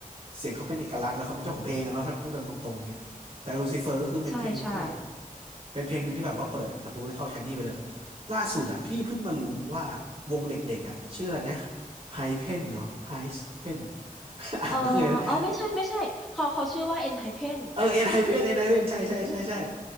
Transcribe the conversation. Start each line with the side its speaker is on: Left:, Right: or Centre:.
Right: เสียงเขาเป็นเอกลักษณ์แล้วเขาเป็นเจ้าของเพลงอะเนาะถ้าพูดตรงตรงเงี้ยแต่ลูซิเฟอร์ก็คือเป็นเพลงหนึ่งที่แบบ
Centre: ใช่ใช่
Right: เป็นเพลงหนึ่งที่แบบว่าเปิดประตูให้เข้าชายนี่ไปเลยล่าสุดอะพี่เพิ่งมารู้ว่าวงเด็กๆอะชื่ออะไรนะไฮเพนเนาะไฮเพน <laughs> อ่านว่าไงนะ
Centre: เอออ๋อ ไม่ใช่ไม่ใช่เขาเขาชื่อว่า ENHYPEN ไฮเพ่น
Right: เออเอ็นไฮเพนเอ็นไฮเพนใช่ใช่ใช่ใช่